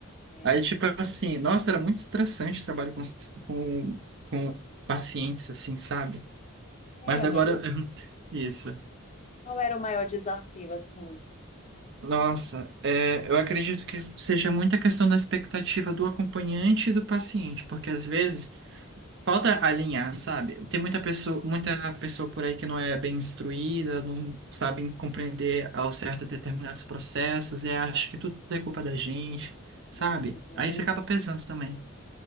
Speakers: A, on the left (about 35°); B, on the right (about 55°).
A: É,
B: Aí, tipo assim, nossa, era muito estressante trabalho com, com, com pacientes, assim, sabe?
A: é,
B: Mas
A: amigo,
B: agora. <laughs> Isso.
A: qual era o maior desafio, assim?
B: Nossa, é, eu acredito que seja muita questão da expectativa do acompanhante e do paciente, porque às vezes Falta alinhar, sabe? Tem muita pessoa, muita pessoa por aí que não é bem instruída, não sabe compreender ao certo determinados processos e acha que tudo é culpa da gente, sabe?
A: Uhum.
B: Aí isso acaba pesando também.